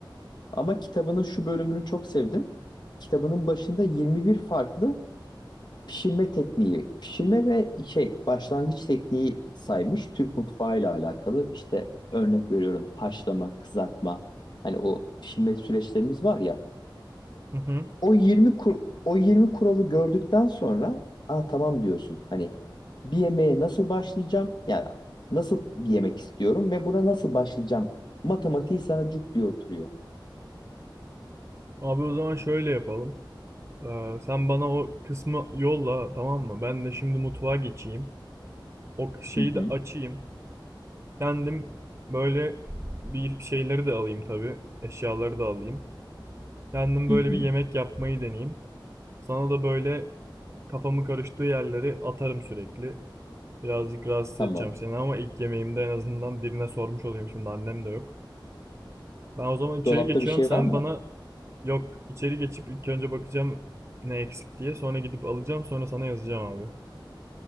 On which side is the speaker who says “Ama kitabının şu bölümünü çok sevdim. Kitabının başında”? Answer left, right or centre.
Left